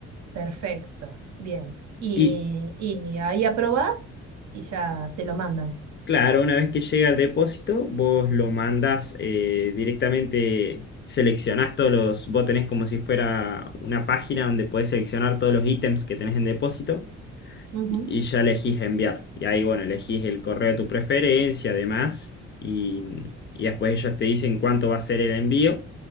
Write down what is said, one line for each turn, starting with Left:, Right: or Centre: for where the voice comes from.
Right: Perfecto, bien. Y,
Left: Y
Right: y ahí aprobás y ya te lo mandan.
Left: claro, una vez que llega al depósito, vos lo mandás eh, directamente, seleccionás todos los, vos tenés como si fuera una página donde podés seleccionar todos los ítems que tenés en depósito
Right: Ujú.
Left: y ya elegís enviar. Y ahí, bueno, elegís el correo de tu preferencia, además, y, y después ellos te dicen cuánto va a ser el envío